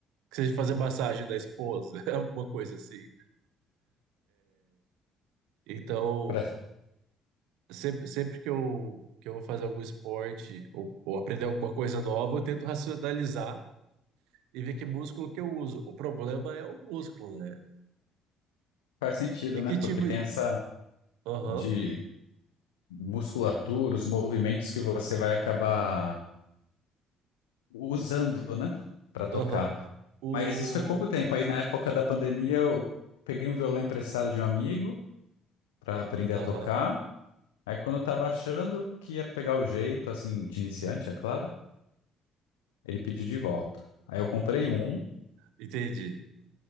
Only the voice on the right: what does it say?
que seja fazer massagem da esposa, <laughs> alguma coisa assim. Então,
sempre, sempre que eu, que eu vou fazer algum esporte ou, ou aprender alguma coisa nova, eu tento racionalizar e ver que músculo que eu uso. O problema é o músculo, né?
E
que
tipo.
Aham,
aham. O.
Aham,
entendi.